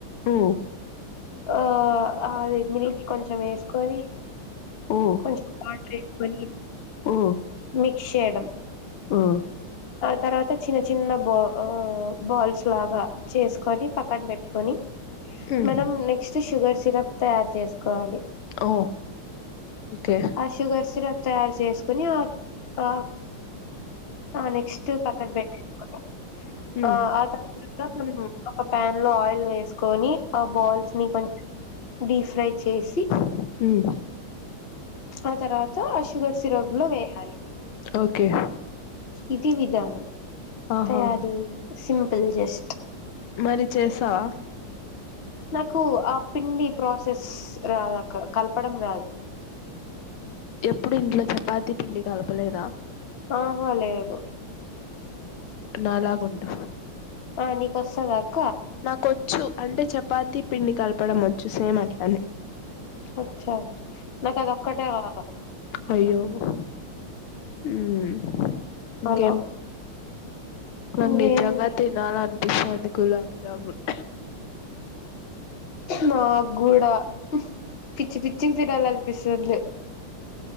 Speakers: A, on the left; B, on the left.
A: ఉమ్,
B: ఆ అది మిల్క్ కొంచెం వేసుకొని
A: ఉమ్,
B: కొంచెం వాటర్ వేసుకొని
A: ఉమ్,
B: మిక్స్ చేయడం
A: ఉమ్,
B: అద్ తర్వాత చిన్న చిన్న బా అ బాల్స్ లాగా చేసుకొని పక్కన పెట్టుకొని
A: ఉమ్,
B: మనం నెక్స్ట్ షుగర్ సిరప్ తయారు చేసుకోవాలి
A: ఓ ఓకే
B: ఆ షుగర్ సిరప్ తయారు చేసుకుని ఆ ఆ ఆ నెక్స్ట్ పక్కన పెట్టేసుకొని
A: ఉమ్.
B: ఆ ఆ తర్వాత మనం ఒక ప్యాన్ లో ఆయిల్ వేసుకొని ఆ బాల్స్ ని కొంచం డీఫ్రై చేసి
A: హు మ్
B: ఆ తర్వాత ఆ షుగర్ సిరప్ లో వేయాలి
A: ఓకే
B: ఇది విధానం
A: ఆహా
B: తయారీ సింపుల్ జస్ట్
A: మరి చేసావా
B: నాకు ఆ పిండి ప్రాసెస్ రాదాక్క కలపడం రాదు
A: ఎప్పుడు ఇంట్లో చపాతి పిండి కలపలేదా
B: ఆ అ లేదు
A: నాలాగ ఉండు
B: ఆ నీకు వస్తాద క్
A: నాకొచ్చు అంటే చపాతి పిండి కలపడం వొచ్చు సేమ్ అట్లనే
B: అచ్చా నాకు అది ఒక్కటే రాదు
A: అయ్యో హు మ్ ఇంకేం
B: అలా
A: నాక్
B: ఇంకేంటి
A: నిజంగా తినాలి అనిపిస్థంది గులాబ్ జమున్
B: నాకు కూడా పిచ్చి పిచ్చిగ తినాలి అనిపిస్తుం ద్